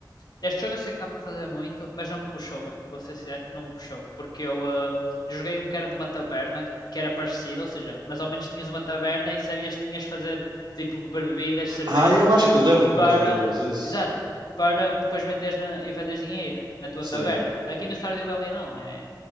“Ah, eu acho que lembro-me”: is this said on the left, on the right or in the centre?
Right